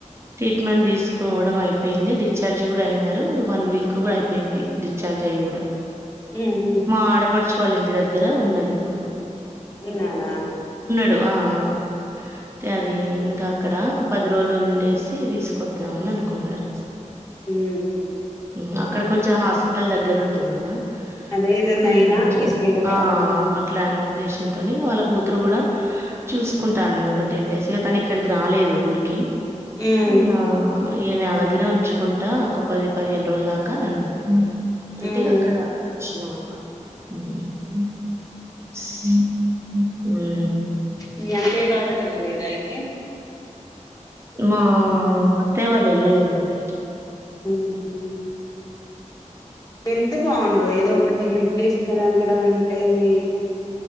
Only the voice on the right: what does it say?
ట్రీట్ మెంట్ దీసు స్ కోవడం ఐపెయింది డిఛార్జ్ గుడా ఐనరు వన్ వీక్ కూ ఐపెంది డిచార్జ్ ఐగూడా
మా ఆడపడ్చ్ వాళ్ ఇంటి దగ్గర ఉన్నదిప్పుడు
డూ ఆ ఆ గది ఉమ్ ఇంకా అక్కడ ఒక పది రోజులు ఉండేసి తీసుకొద్దాం అని అనుకున్నారు
ఉమ్, అక్కడ కొంచం హాస్పిటల్ దగ్గర ఉంటది కదా
కొంచెం
ఆ అట్లన్న ఉద్దేశం తిని వాళ్ళ కూతురు కూడా చూసుకుంటా అన్నది ఒక టెన్ డేస్ ఇగ తను ఇక్కడికి రాలేదు ఊరికి
ఇంగ యియనే అగడ్ దగ్గరే ఉంచుకుంటా ఒక పది పదిహేను రోజుల దాకా అన్నది అంటిగా
అక్కడ వచ్చిన మ్
మా అత్తయ్య వాళ్ళు ఏళ్ళలేదండి